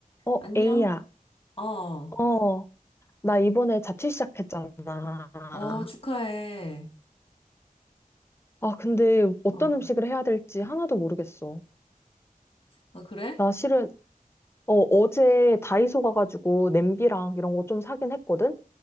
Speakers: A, on the left; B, on the left.
A: 어,
B: 안녕?
A: 에이야.
B: 어,
A: 어, 나 이번에 자취 시작했잖아. 아,
B: 어, 축하해.
A: 근데 어떤
B: 어, 어.
A: 음식을 해야 될지 하나도 모르겠어.
B: 아, 그래?
A: 나 실은, 어, 어제 다이소 가가지고 냄비랑 이런 거 좀 사긴 했거든?